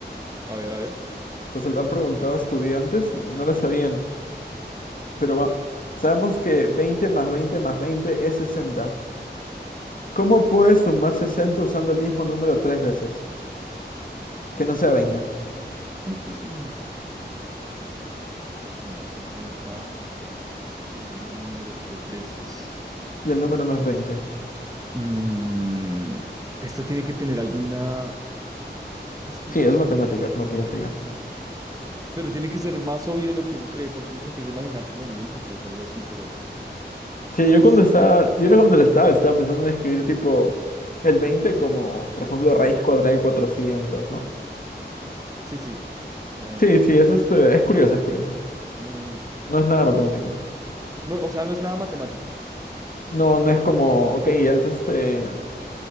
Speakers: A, on the right; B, on the left.
A: A ver, a ver.
B: O sea, se la han preguntado a estudiantes y no la sabían. Pero va. Sabemos que 20 más 20 más 20 es sesenta ¿Cómo puedes sumar 60 usando el mismo número tres veces? Que no sea 20.
A: <clears throat> Puedes sumar sesenta usando el mismo número tres veces.
B: Y el número no es 20.
A: Mm, esta tiene que tener alguna explicación
B: Sí, es matemática,
A: muy...
B: es matemática.
A: Pero tiene que ser más obvio de lo que uno cree, porque uno se empieza a imaginar como múltiples o algo así, pero
B: Sí,
A: sí,
B: yo cuando
A: sí,
B: estaba, yo era cuando estaba, estaba pensando en escribir tipo el 20 como, por ejemplo, raíz cuadrada de 400, ¿no?
A: sí, sí. Em,
B: Sí, sí, es este, es curioso, es curioso.
A: mm,
B: No es nada matemático.
A: no, o sea, no es nada matemático.
B: No, no es como, ok, es este,